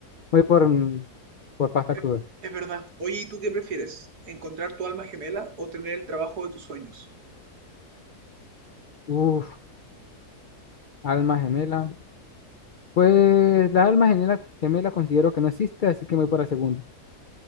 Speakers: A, on the left (about 80°); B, on the right (about 85°).
A: Voy por, mm, por pasta
B: Es,
A: cruda.
B: es verdad. Oye, ¿y tú qué prefieres? ¿Encontrar tu alma gemela o tener el trabajo de tus sueños?
A: Uf, alma gemela. Pues la alma gemela, gemela considero que no existe, así que me voy por la segunda.